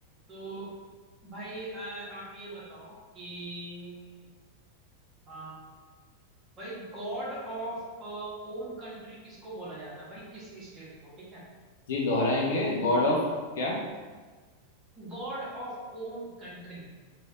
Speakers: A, on the right (about 25°); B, on the left (about 60°).
A: तो भाई अ, आप ये बताओ कि अ, भाई गॉड ऑफ ओन कंट्री किसको बोला जाता है भाई किस स्टेट को ठीक है
B: जी दोहराएंगे गॉड ऑफ क्या
A: गॉड ऑफ ओन कंट्री